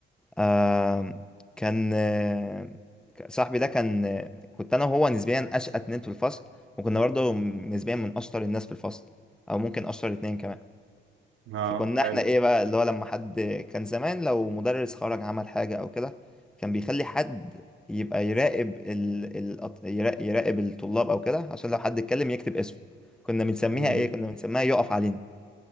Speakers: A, in the centre; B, on the right.
A: آم، كان آه، ك- صاحبي ده كان آه، كنت انا وهو نسبيا اشقى اتنين في الفصل وكنا برضو نسبيا من اشطر الناس في الفصل او ممكن اشطر اتنين كمان
B: اه
A: فكنا
B: حلو
A: احنا ايه بقى اللي هو لما حد كان زمان لو مدرس خرج عمل حاجة او كده كان بيخلي حد يبقى يراقب ال... ال... يرا- يراقب الطلاب او كده عشان لو حد اتكلم يكتب اسمه كنا بنسميها
B: مم.
A: ايه كنا بنسميها يقف علينا